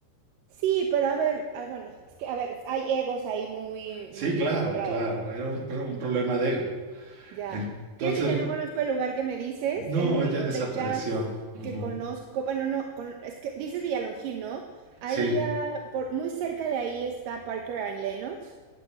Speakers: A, on the right; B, on the right.
A: Sí, pero a ver, ay, bueno, es que a ver, hay egos ahí muy,
B: Sí,
A: muy
B: claro,
A: involucrados.
B: claro, era un, pro- un problema de ego.
A: Ya.
B: Entonces,
A: Fíjate que no conozco el lugar que me dices.
B: no,
A: El único
B: ya desapareció.
A: de jazz
B: Ujú.
A: que conozco, bueno, no, con- es que dices Villalongín, ¿no? Ahí,
B: Sí,
A: ah, por, muy cerca de ahí está Parker and Lennox,